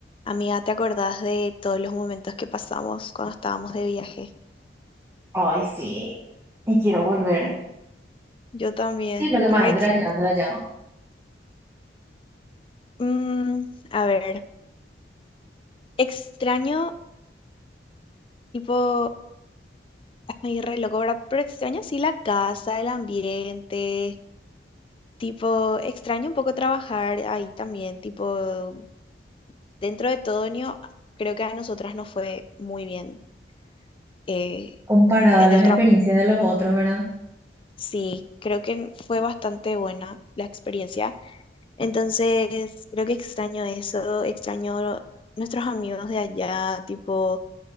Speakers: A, on the left; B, on the right.
A: Amiga, ¿te acordás de todos los momentos que pasamos cuando estábamos de viaje?
B: Ay, sí. Y quiero volver.
A: Yo también.
B: ¿Qué es lo que más
A: Re
B: extrañas
A: ex-
B: de allá?
A: Mm, a ver, extraño, tipo, ay, re loco, ¿verdad? Pero extraño sí la casa, el ambiente, tipo, extraño un poco trabajar ahí también, tipo, dentro de todo, ño, creo que a nosotras nos fue muy bien eh,
B: Comparado
A: en
B: a las
A: el
B: experiencias
A: trabajo.
B: de los otros, ¿verdad?
A: Sí, creo que fue bastante buena la experiencia. Entonces, creo que extraño eso, extraño nuestros amigos de allá, tipo